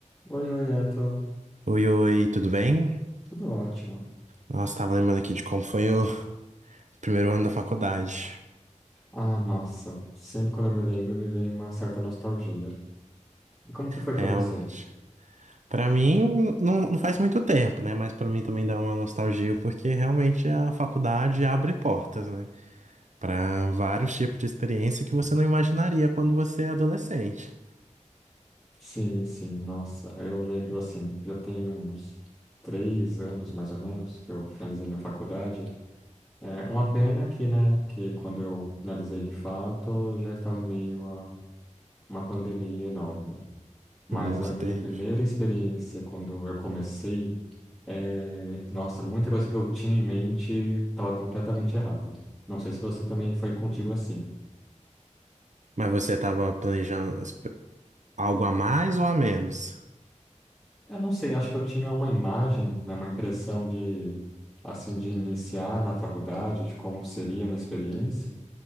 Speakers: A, in the centre; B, on the right.
A: Oi, oi, é, tô...
B: Oi, oi, tudo bem?
A: tudo ótimo.
B: Nossa, tava lembrando aqui de como foi o <laughs> primeiro ano da faculdade.
A: Ah, nossa, sempre quando eu me lembro me vem uma certa nostalgia. E como que foi
B: Realmente.
A: pra você?
B: Pra mim, não, não faz muito tempo, né? Mas pra mim também dá uma nostalgia, porque realmente a faculdade abre portas, né? Pra vários tipos de experiência que você não imaginaria quando você é adolescente.
A: Sim, sim, nossa, eu lembro assim, já tem uns três anos mais ou menos que eu finalizei minha faculdade. É uma pena que, né, que quando eu finalizei de fato, eu já estava em meio a uma pandemia enorme. Mas
B: Nossa,
A: a minha
B: terrível.
A: primeira experiência quando eu comecei É, Nossa, muita coisa que eu tinha em mente estava completamente errada. Não sei se você também foi contigo assim.
B: Mas você tava planejando esp- algo a mais ou a menos?
A: Eu não sei, acho que eu tinha uma imagem, né, uma impressão de, assim, de iniciar na faculdade, de como seria a minha experiência.